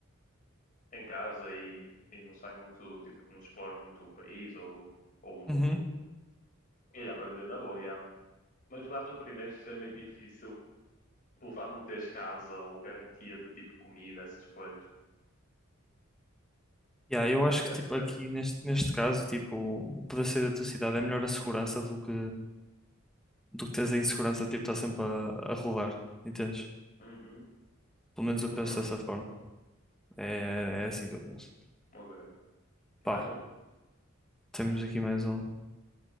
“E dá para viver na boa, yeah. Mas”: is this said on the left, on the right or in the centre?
Left